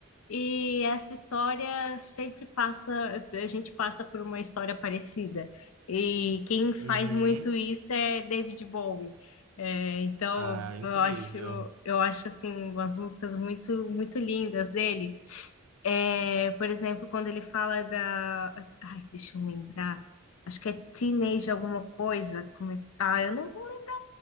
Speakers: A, on the left; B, on the right.
A: e essa história sempre passa, a gente passa por uma história parecida. E quem faz
B: Uhum.
A: muito isso é David Bowie. É, então
B: Ah, incrível.
A: eu acho, eu acho assim umas músicas muito, muito lindas dele. É, por exemplo, quando ele fala da, ai, deixa eu lembrar, acho que é Teenage alguma coisa, como é- ah, eu não vou lembrar